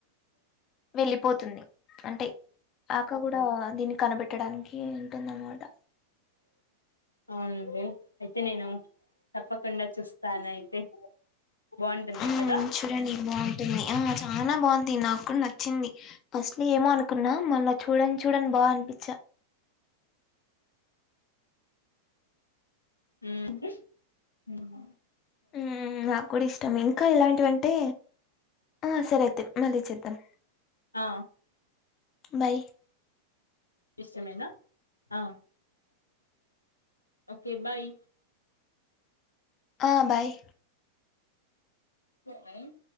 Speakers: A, on the left; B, on the left.
A: వెళ్ళిపోతుంది అంటే ఆక్క కూడా దీన్ని కనబె పెట్టడానికి ఉంటుంది అన్నమాట
B: అవునండి అయితే నేను తప్పకుండా చూస్తాను అయితే బాగుంటుంది
A: ము
B: కదా
A: చూడండి బాగుంటుంది ఆ చానా బాగుంది నాకు కూడా న వచ్చింది ఫస్ట్ ఏమో అనుకున్నా మళ్ళా చూడంగ చూడంగ బాగా అనిపించా
B: ఉమ్ హుమ్
A: ఉమ్ నాకు కూడ ఇష్టమే ఇంకా ఇలాంటివి అంటే ఆ సరే మళ్ళీ చేద్దాం
B: ఆ
A: బాయ్
B: ఇష్టమేనా ఆ ఓకే బాయ్
A: ఆ బాయ్
B: ఎస్ నైన్